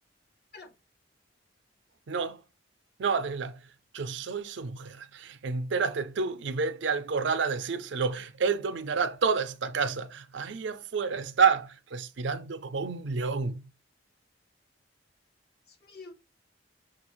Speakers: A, on the left; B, on the right.
A: ¡Mela!
B: No, no, Adela, yo soy su mujer. Entérate tú y vete al corral a decírselo. Él dominará toda esta casa. Ahí afuera está, respirando como un león.
A: ¡Dios mío!